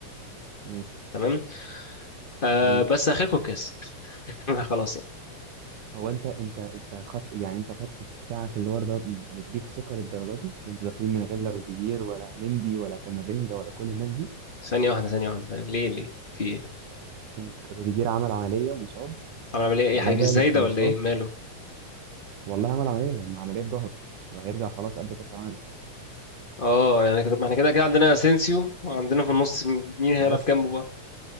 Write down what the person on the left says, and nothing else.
تمام آه
بس اخركم الكاس <laughs> خلاص يعني
ثانيه واحده ثانيه واحده ثانية. ليه ليه في إيه؟
طب اعمل ايه إيه يا
حبيبي ازاي
ده
ولا ايه ماله
اه يعني كده ما احنا كده كده عندنا اسينسيو وعندنا في النص مين هيلعب
جنبه بقى